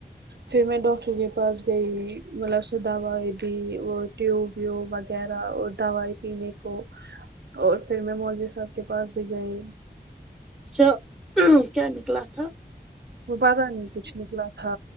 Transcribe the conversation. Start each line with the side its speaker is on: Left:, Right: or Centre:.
Right: فیر میں ڈاکٹر کے پاس گئی مطلب اس سے دوائیں دی وہ ٹیوب ویوب وغیرہ اور دوائی پینے کو اور فیر میں مولوی صاحب کے پاس بھی گئے
Centre: اچھا کیا نکلا تھا
Right: وہ پتا نہیں کچھ نکلا تھا